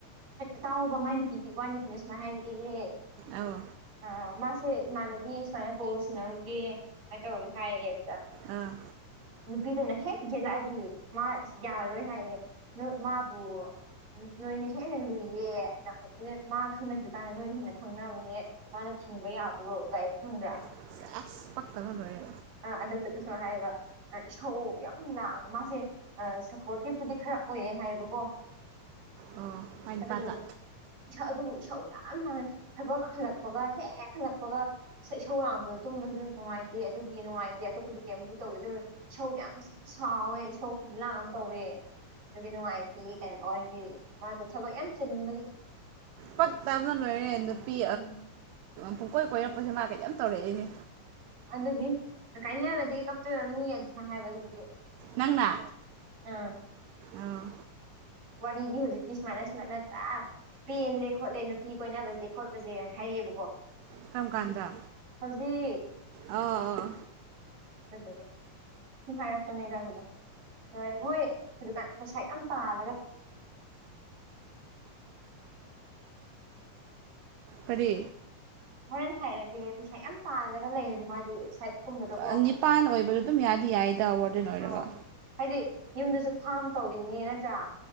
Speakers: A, on the right; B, on the right.
A: ꯇꯥꯎꯉꯕ ꯃꯥꯏ ꯅꯨꯄꯤꯒꯤ ꯋꯥ ꯅꯨꯄꯤꯅ ꯁꯨꯃꯥꯏꯅ ꯍꯥꯏꯔꯛꯑꯦ
B: ꯑꯧ
A: ꯑ ꯃꯥ ꯁꯦ ꯏꯃꯥꯟꯅꯗꯤ ꯁꯨꯃꯥꯏꯅ ꯀꯣꯔꯣꯁꯅꯔꯨꯒꯦ ꯁꯨꯃꯥꯏꯅ ꯇꯧꯔ ꯍꯥꯏꯌꯦ ꯑꯗꯨꯗ
B: ꯑꯥ
A: ꯅꯨꯄꯤꯗꯨꯅ ꯍꯦꯛ ꯌꯦꯦꯜꯂꯛꯑꯗꯤ ꯃꯥ ꯌꯥꯔꯔꯣꯏ ꯍꯥꯏꯌꯦꯦ ꯃꯥꯕꯨ ꯎ ꯅꯣꯏꯅꯦ ꯑꯩꯅ ꯂꯨꯏꯌꯦ ꯑꯩꯅ ꯃꯥ ꯈꯪꯅꯗ꯭ꯔꯤꯀꯥꯟꯗ ꯅꯣꯏꯅ ꯍꯦꯟꯅ ꯈꯪꯅꯕꯅꯦ ꯃꯥꯅ ꯊꯤꯡꯕ ꯌꯥꯕ꯭ꯔꯣ ꯒꯥꯏꯅ ꯊꯪꯕ꯭ꯔꯥ
B: <unintelligible> ꯂꯣꯏꯔꯦ
A: ꯑ ꯑꯗ ꯆ ꯀꯁꯨꯝꯅ ꯍꯥꯏꯕ ꯏꯁꯧ ꯌꯥꯝ ꯂꯥꯡꯉꯦ ꯃꯥꯁꯦ ꯁꯞꯄꯣꯔꯇꯤꯞꯄꯨꯗꯤ ꯈꯔ ꯑꯣꯏꯌꯦꯦ ꯍꯥꯏꯌꯦꯕꯀꯣ ꯋꯥ
B: ꯑꯣ ꯃꯥꯏ
A: ꯑꯒ
B: ꯅꯨꯄꯥꯗ
A: ꯑꯗꯨꯕꯨ ꯏꯁꯧ ꯌꯥꯝ ꯂꯥꯡꯉꯦ ꯊꯕꯛ ꯍꯜꯂꯛꯄꯒ ꯍꯦꯛꯦꯛ ꯍꯜꯂꯛꯄꯒ ꯏꯁꯧ ꯂꯥꯡꯛꯄꯗꯣ ꯇꯨꯝꯕ ꯅꯨꯡꯉꯥꯏꯇꯦ ꯑꯗꯨꯗꯤ ꯅꯨꯡꯉꯥꯏꯇꯦ ꯑꯇꯣꯞꯄꯗꯤ ꯀꯩꯝꯕꯗꯤ ꯇꯧꯋꯦ ꯑꯗꯨ ꯏꯁꯧ ꯌꯥꯝ ꯁꯥꯎꯋꯦ ꯏꯁꯧ ꯈꯂꯥ ꯌꯥꯝ ꯇꯧꯋ ꯑꯗꯨꯒꯤ ꯅꯨꯡꯉꯥꯏꯇ ꯀꯩꯅꯣ ꯑꯣꯏꯕꯤ ꯃꯥꯗꯣ ꯊꯕꯛ ꯌꯥꯝ ꯆꯤꯟꯕꯒꯤ
B: ꯄꯛ ꯇꯕꯅ ꯂꯣꯏꯔꯦ ꯅꯨꯄꯤ
A: ꯎꯝ
B: ꯄꯨꯡꯀꯣꯏ ꯀꯣꯏꯔꯛꯄꯁꯦ ꯃꯥ ꯀꯩꯇꯝ ꯇꯧꯔꯛꯏꯅꯦ
A: ꯑꯗꯨꯗꯤ ꯀꯥꯏꯅꯜꯂꯗꯤ ꯀꯞꯇꯣꯏꯔꯛꯅꯤ ꯑꯗꯨꯅ ꯍꯥꯏꯕ ꯑꯗꯨꯒꯤ
B: ꯅꯪꯅ
A: ꯎꯝ
B: ꯑꯣ
A: ꯋꯥꯔꯤꯗꯤ ꯍꯧꯖꯤꯛꯇꯤ ꯁꯨꯃꯥꯏꯅ ꯁꯨꯃꯥꯏꯅ ꯇꯥ ꯄꯦꯟꯂꯦ ꯈꯣꯠꯂꯦ ꯅꯨꯄꯤ ꯀꯣꯏꯅꯕꯁꯦ ꯈꯣꯠꯄꯁꯦꯅ ꯍꯥꯏꯔꯤꯑꯕꯀꯣ
B: ꯀꯔꯝ ꯀꯥꯟꯗ
A: ꯍꯧꯖꯤꯛ
B: ꯑꯣ ꯑꯣ
A: ꯁ ꯍꯥꯏꯔꯛꯄꯅꯦꯗ ꯑꯗꯨꯒ ꯍꯣꯏ ꯃꯣꯏ ꯍꯧꯖꯤꯛꯀꯥꯟ ꯄꯩꯁꯥ ꯌꯥꯝ ꯄꯥ ꯍꯥꯏ
B: ꯀꯔꯤ
A: ꯍꯣꯔꯦꯟ ꯍꯥꯏꯔꯒꯦ ꯄꯩꯁꯥ ꯌꯥꯝ ꯄꯥꯜꯂꯒ ꯂꯩꯌꯦꯕ ꯃꯥꯗꯤ ꯁꯥꯏꯠꯀꯨꯝꯕꯗꯀꯣ
B: ꯑ ꯅꯤꯄꯥꯟ ꯑꯣꯏꯕꯗꯣ ꯑꯗꯨꯝ ꯌꯥꯗꯤ ꯌꯥꯏꯗ ꯋꯥꯔꯗꯦꯟ ꯑꯣꯏꯔꯕ
A: ꯑꯥ ꯍꯥꯏꯗꯤ ꯌꯨꯝꯗꯁꯨ ꯐꯥꯝ ꯇꯧꯔꯤꯅꯦ ꯅꯠꯇ꯭ꯔꯥ